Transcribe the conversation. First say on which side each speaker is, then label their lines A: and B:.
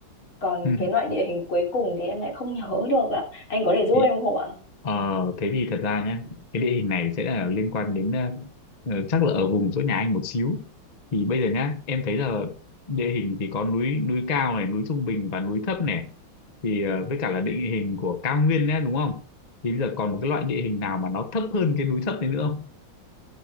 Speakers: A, on the left (about 80°); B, on the left (about 30°).
A: còn
B: ừ
A: cái loại địa hình cuối cùng thì em lại không nhớ được ạ anh có thể giúp
B: thì
A: em không ạ
B: ờ, thế thì thật ra nhé cái địa hình này sẽ là liên quan đến ờ, ờ, chắc là ở vùng chỗ nhà anh một xíu thì bây giờ nhá em thấy là địa hình thì có núi núi cao này núi trung bình và núi thấp này thì ờ, với cả là địa hình của cao nguyên nhé đúng không thì bây giờ còn một cái loại địa hình nào mà nó thấp hơn cái núi thấp đấy nữa không